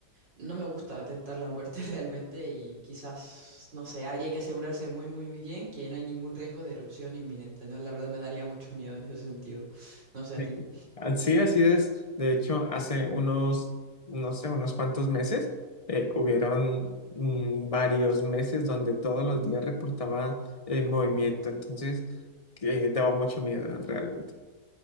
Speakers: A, on the right; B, on the left.
A: no me gusta tentar la muerte <laughs> realmente y quizás, no sé, habría que asegurarse muy, muy bien que no hay ningún riesgo de erupción inminente, ¿no? La verdad me daría mucho miedo en ese sentido. No sé a
B: Sí,
A: ti.
B: así así es. De hecho, hace unos, no sé, unos cuantos meses, eh, hubieron mm, varios meses donde todos los días reportaban eh, movimiento. Entonces, eh, daba mucho miedo realmente.